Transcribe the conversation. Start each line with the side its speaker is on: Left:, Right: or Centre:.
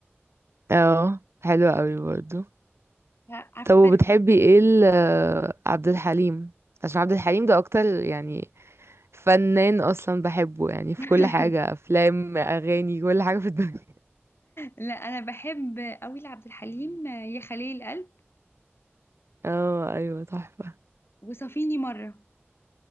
Right: اه حلوة قوي برضو
Left: لا، عارفه
Right: طب وبتحبي ايه ال- آه، عبد الحليم عشان عبد الحليم ده اكتر يعني فنان اصلا بحبه يعني في
Left: <laughs>
Right: كل حاجة افلام اغاني كل حاجة في الدنيا
Left: لا انا بحب قوي لعبد الحليم آه، يا خليل القلب
Right: <laughs> اه ايوه تحفة
Left: وصافيني مره